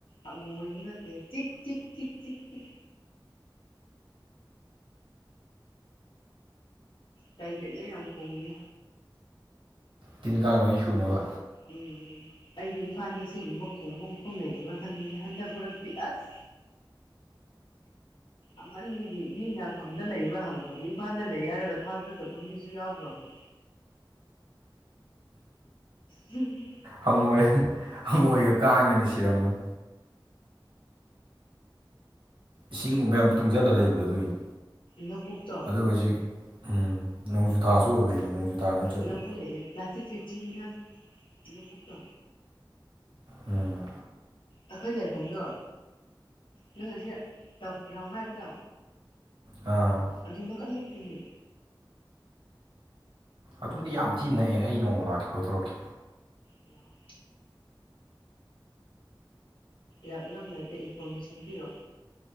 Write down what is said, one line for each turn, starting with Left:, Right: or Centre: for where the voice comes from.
Left: ꯑꯃꯣꯏꯕ ꯅꯠꯇꯦ ꯆꯤꯛ ꯆꯤꯛ ꯆꯤꯛ ꯆꯤꯛ ꯆꯤꯛ ꯀꯩ ꯀꯩꯅꯣ ꯌꯥꯝ ꯈꯣꯡꯏ
Right: ꯇꯤꯟ ꯀꯥꯡ ꯂ‌ꯣꯏ ꯁꯨꯅꯕ
Left: ꯎꯝ ꯑꯩꯗꯤ ꯏꯝꯐꯥꯜꯗ ꯁꯤꯒꯨꯝꯕ ꯈꯣꯡꯕ ꯃꯐꯝ ꯂꯩꯇꯕ꯭ꯔꯥ ꯈꯟꯕꯅꯤ ꯍꯟꯗꯛ ꯃꯔꯛꯇꯤ ꯑꯁ ꯑꯃꯟꯕꯒꯤ ꯃꯤꯅ ꯈꯨꯟꯗ ꯂꯩꯕ꯭ꯔꯥ ꯍꯪꯈ꯭ꯔꯕꯅꯤ ꯏꯝꯐꯥꯜꯗ ꯂꯩ ꯍꯥꯏꯔꯒ ꯊꯥꯖꯗꯕ ꯃꯤꯁꯨ ꯌꯥꯎꯈ꯭ꯔꯕꯅꯤ ꯎꯝ
Right: ꯍꯪꯉꯣꯏ ꯍꯪꯉꯣꯏꯒ ꯀꯥꯡꯒꯅ ꯁꯤꯔꯝꯃꯅꯤ ꯏꯁꯤꯡꯒꯨꯕ ꯌꯥꯝ ꯇꯨꯡꯖꯜꯂꯒ ꯂꯩꯕꯗꯣ ꯑꯗꯨꯒꯤꯅꯤ
Left: ꯂꯧꯕꯨꯛꯇꯣ
Right: ꯑꯗꯨꯒ ꯍꯧꯖꯤꯛ ꯎꯝ ꯅꯣꯡꯖꯨꯊꯥꯁꯨ ꯑꯣꯏꯕꯩꯅꯦ ꯅꯣꯡꯖꯨ ꯊꯥ ꯅꯠꯇ꯭ꯔꯗꯤ
Left: ꯂꯥꯕꯨꯛ ꯂꯩꯌ‌ꯦ ꯄ꯭ꯂꯥꯁꯇꯤꯛ ꯐꯦꯛꯇꯔꯤ ꯃꯤꯅꯟ ꯂꯧꯕꯨꯛꯇꯣ
Right: ꯎꯝ
Left: ꯑꯩꯈꫭꯏ ꯂꯩꯐꯝꯗꯣ ꯅꯪꯉꯥꯁꯤ ꯇꯐ ꯒ꯭ꯔꯥꯟ ꯍꯥꯏꯕꯗꯣ
Right: ꯑꯥ
Left: ꯑꯗꯨꯅ ꯀꯟꯃꯛꯇꯤꯅꯦ
Right: ꯑꯗꯨꯗꯤ ꯌꯥꯝ ꯊꯤ ꯅꯩꯑꯦ ꯑꯩ ꯅꯣꯡꯃ ꯂꯥꯛꯀꯦ ꯀꯣꯏꯊꯣꯔꯛꯀꯦ
Left: ꯂꯥꯎ ꯂꯥꯛꯂꯝꯂꯒ ꯏꯟꯐꯣꯔꯃꯦꯁꯟ ꯄꯤꯔꯣ